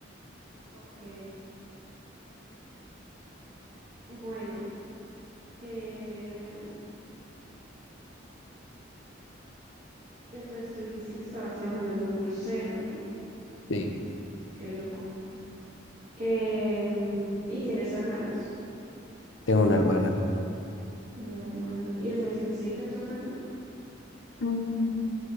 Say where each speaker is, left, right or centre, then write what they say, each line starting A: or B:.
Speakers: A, on the right (about 40°); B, on the left (about 75°).
A: Ok, bueno, eh, entonces tú dijiste que estabas trabajando en un crucero, ¿no?
B: Sí,
A: Qué loco. Em, ¿y tienes hermanos?
B: tengo una hermana.
A: Una hermana. ¿Y es muy sensible tu hermana?
B: Mm,